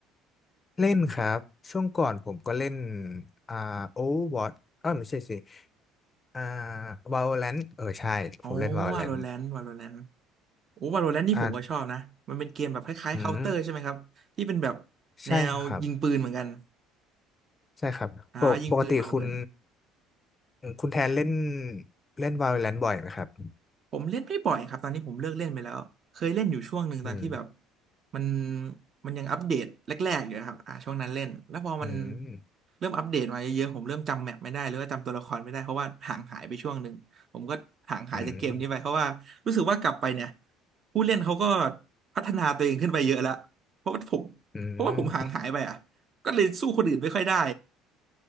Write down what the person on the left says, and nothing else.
เล่นครับช่วงก่อนผมก็เล่นอ่า Overwatch เอ้ยไม่ใช่สิอ่า Valorant เออใช่ผมเล่น
Valorant
อ่า
อืม
ใช่ครับ
ใช่ครับปกปกติคุณ
คุณแทนเล่นเล่น Valorant บ่อยไหมครับ
อืม
อืม
อืม
อืม